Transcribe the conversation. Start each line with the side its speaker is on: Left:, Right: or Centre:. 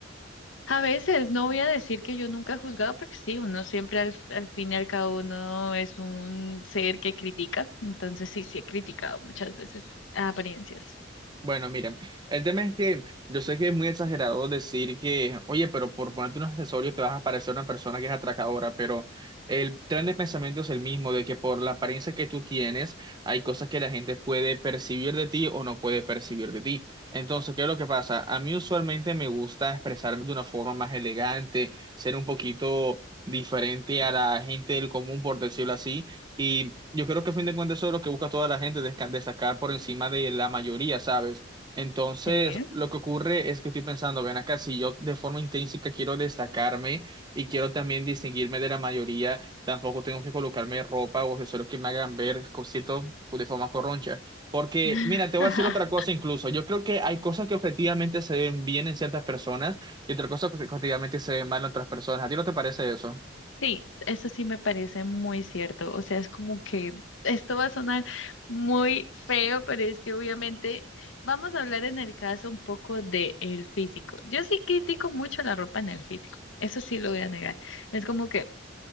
Left: A veces no voy a decir que yo nunca he juzgado, porque sí, uno siempre al, al fin y al cabo uno es un ser que critica. Entonces sí, sí he criticado muchas veces apariencias.
Right: Bueno, miren, el tema es que yo sé que es muy exagerado decir que, oye, pero por ponerte un accesorio te vas a parecer una persona que es atracadora, pero el tren de pensamiento es el mismo, de que por la apariencia que tú tienes, hay cosas que la gente puede percibir de ti o no puede percibir de ti. Entonces, ¿qué es lo que pasa? A mí usualmente me gusta expresarme de una forma más elegante, ser un poquito diferente a la gente del común, por decirlo así. Y yo creo que a fin de cuentas eso es lo que busca toda la gente, desca- destacar por encima de la mayoría, ¿sabes? Entonces,
Left: Sí.
Right: lo que ocurre es que estoy pensando, ven acá, si yo de forma intrínseca quiero destacarme y quiero también distinguirme de la mayoría, tampoco tengo que colocarme ropa o accesorios que me hagan ver cositos de forma corroncha. Porque,
Left: <laughs>
Right: mira, te voy a decir otra cosa incluso. Yo creo que hay cosas que objetivamente se ven bien en ciertas personas y otras cosas que objetivamente se ven mal en otras personas. ¿A ti no te parece eso?
Left: Sí, eso sí me parece muy cierto. O sea, es como que esto va a sonar muy feo, pero es que obviamente vamos a hablar en el caso un poco de el físico. Yo sí critico mucho la ropa en el físico. Eso sí lo voy a negar. Es como que